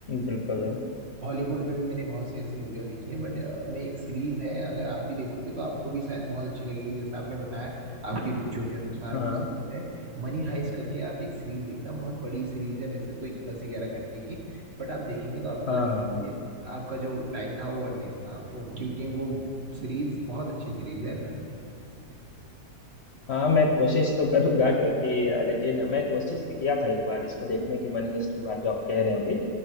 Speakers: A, on the left; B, on the right.
A: बिल्कुल
B: हॉलीवुड में भी मैंने बहुत सी ऐसी मूवियाँ देखी हैं बट मैं एक सीरीज है अगर आप भी देखोगे तो आपको भी शायद बहुत अच्छी लगेगी जैसा आपने बताया आपकी रुचियों के अनुसार
A: हाँ
B: वो सीरीज है मनी हाइस्ट करके आप एक सीरीज देखना बहुत बड़ी सीरीज है वैसे तो एक दस ग्यारह घंटे की बट आप देखेंगे तो आपको
A: हाँ
B: लगेगा
A: हाँ
B: कि आपका जो टाइम था वो वर्थ इट था आपको- क्योंकि वो सीरीज बहुत अच्छी सीरीज है
A: हाँ मैं कोशिश तो करूंगा क्योंकि अ, लेकिन मैं कोशिश भी किया था एक बार इसको देखने की मनी हिस्ट के बाद जो आप कह रहे हैं अभी